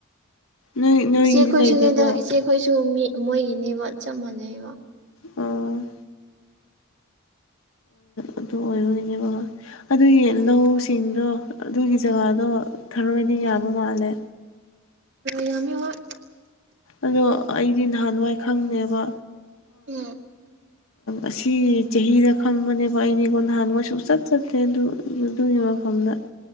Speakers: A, on the left (about 70°); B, on the right (about 55°).
A: ꯅꯣꯏ ꯅꯣꯏꯒꯤꯗꯤ
B: ꯏꯆꯦ ꯈꯣꯏꯁꯨꯅꯦꯗ
A: ꯂꯩꯇꯦꯀꯣ
B: ꯏꯆꯦꯈꯣꯏꯁꯨ ꯃꯤ ꯃꯣꯏꯒꯤꯅꯦꯕ ꯆꯞ ꯃꯥꯟꯅꯩꯕ
A: ꯑꯣ ꯑꯗꯨ ꯑꯣꯏꯔꯣꯏꯒꯤꯅꯦꯕ ꯑꯗꯨꯒꯤ
B: ꯎꯝ
A: ꯂꯧ ꯆꯤꯡꯗꯣ ꯑꯗꯨꯒꯤ ꯖꯒꯥꯗꯣ ꯊꯥꯔꯣꯏꯅ ꯌꯥꯕ
B: ꯎꯝ
A: ꯃꯥꯜꯂꯦ
B: ꯌꯥꯝꯃꯤ ꯍꫭꯏ
A: ꯑꯗꯣ ꯑꯩꯗꯤ ꯅꯍꯥꯟꯋꯥꯏ ꯈꯪꯅꯦꯕ
B: ꯎꯝ
A: ꯑꯁꯤ ꯆꯍꯤꯗ ꯈꯪꯕꯅꯦꯕ ꯑꯩꯗꯤ ꯅꯍꯥꯟꯋꯥꯏ ꯁꯨꯆꯠ ꯆꯠꯇꯦ ꯑꯗꯨ ꯑꯗꯨꯒꯤ ꯃꯐꯝꯗ